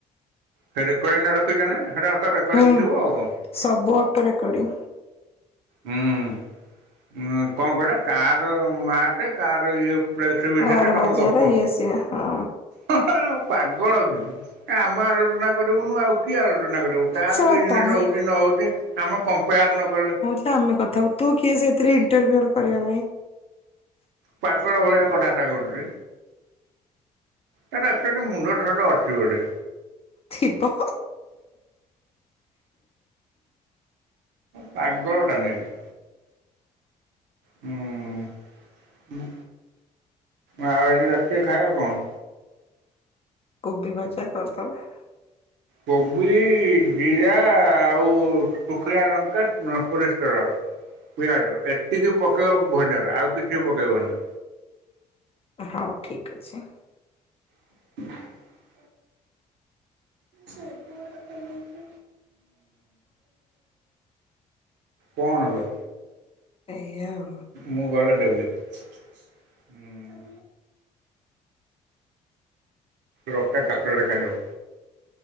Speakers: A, on the right; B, on the left.
A: ସେ ରେକଡ଼ିଂଟା ରଖିଚ ନା ହେଟା ଆତା ରେକଡିଂ
B: ହୁଁ
A: ଥିବ ଆଉ କଣ।
B: ସବୁ ଅଟୋ ରେକର୍ଡିଂ
A: ହୁଁଁ ଉଁ-କଣ କହିଲା କାର ମାପେ କାର ଇଏ ଫ୍ଲେକ୍ସେ ବିଷୟରେ
B: ଆର
A: ତମେ
B: ବଜାର
A: ଗପ
B: ଇଏ ସିଏ ହଁ
A: ହ ହ ପାଗଳ କି କାଇଁ ଆମ ଆଗରେ ତ କାଇଁ କରିବୁନୁ ଆଉ କିଏ ଆଲୋଚନା କରିବ, କାର
B: ଶଳା
A: ବିଜନେସ୍
B: ତମେ
A: ହୋଉଚି ନ ହୋଉଚି ଆମେ କମ୍ପେୟାର ନ କଲେ
B: ତ ଆମେ କଥା ହବୁ ତୁ କିଏ ସେଥିରେ ଇଣ୍ଟରଫିଅର କରିବା ପାଇଁ।
A: ପାଗଳ ଭଳିଆ କଥାବାର୍ତ୍ତା କରୁଚି। ତାର ଏକଚୋଲି ମୁଣ୍ଡ ଦୋଷ ଅଛି ବୋଧେ।
B: ଥିବ।
A: ପାଗଳ ଟା ନାଇକି। ହୁଁ। ଆଉ ଆଜି ରାତିରେ ଖାଇବା କଣ?
B: କୋବି ଭଜା କରିଦବା।
A: କୋବି ଜିରା ଆଉ ଶୁଖିଲା ଲଙ୍କା ଆଉ ସୋରିଷ ତେଲ। ପିଆଜ ଏତିକି ପକେଇବ ଭଜାରେ ଆଉ କିଛି ପକେଇବନି।
B: ହଉ ଠିକ୍ ଅଛି।
A: <inaudible> ହୁଁ। କଣ ଲୋ
B: ଏଇଆ ଆଉ
A: ମୁଁ ଗଲେ ଦେବି। ହୁଁ। ରଖିଥା ଚକୋଲେଟ୍ ଖାଇଦବୁ।